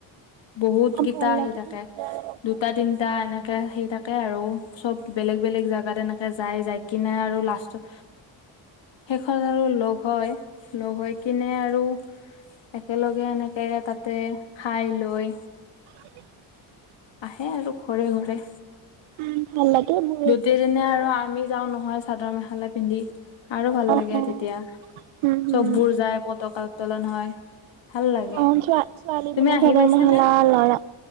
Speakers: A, on the left; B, on the right.
A: বহুত
B: অ',
A: গিতা
B: ভাল
A: আহি
B: লাগে
A: থাকে
B: তেতিয়া অলপমান।
A: দুটা তিনি তা এনেকে সেই থাকে আৰু চব বেলেগ বেলেগ জেগাত এনেকে যায় যাই কিনে আৰু লাষ্টত শেইখনত আৰু লগ হয় লগ হৈ কিনে আৰু একেলগে এনেকে তাতে খাই লৈ
B: <unintelligible>
A: আহে আৰু ঘৰে ঘৰে
B: উম, ভাল লাগে মোৰ
A: দ্বিতীয়
B: এইবোৰ
A: দিনা
B: চাবলৈ।
A: আৰু আমি যাওঁ নহয় চাদৰ মেখা মেখেলা পিন্ধি আৰু ভাল
B: অ',
A: লাগে
B: অ'।
A: তেতিয়া
B: উম, হুম,
A: চববোৰ যায় পতকা উত্তলন হয়। ভাল লাগে
B: অ' ছোৱা-ছোৱালী
A: তুমি
B: বিলাক
A: আহি
B: চাদৰ
A: পাইছানে
B: মেখেলা ল'ৰা